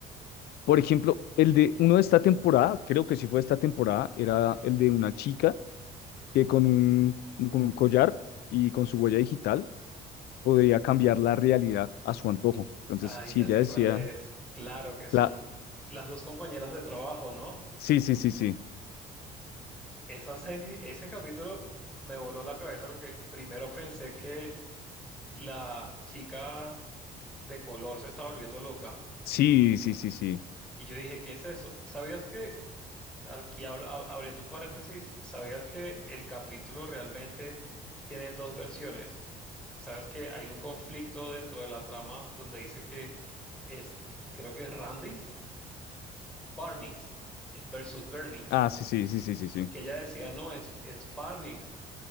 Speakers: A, on the left; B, in the centre.
A: Por ejemplo, el de uno de esta temporada, creo que sí fue esta temporada, era el de una chica que con un, con un collar y con su huella digital podría cambiar la realidad a su antojo. Entonces,
B: Ay,
A: si
B: ya
A: ella
B: sé
A: decía,
B: cuál es. Claro que son
A: la...
B: las dos compañeras de trabajo, ¿no?
A: sí, sí, sí, sí,
B: Esa serie, ese capítulo me voló la cabeza porque primero pensé que la chica de color se estaba volviendo loca.
A: sí, sí, sí, sí,
B: Y yo dije, ¿qué es eso? ¿Sabías que, aquí hablo- ab- abriendo un paréntesis, ¿sabías que el capítulo realmente tiene dos versiones? ¿Sabes que hay un conflicto dentro de la trama donde dice que es, creo que es Randy's, Barney's eh, versus Bernie's?
A: ah, sí, sí, sí, sí, sí, sí.
B: Que ella decía, no, es, es Barney's